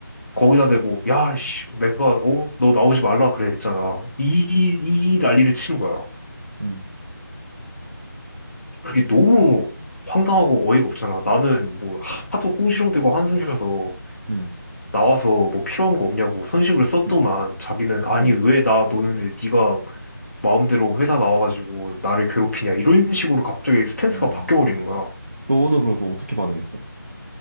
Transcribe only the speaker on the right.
음,
음,
음,
음.
어,
너는 그래서 어떻게 반응했어?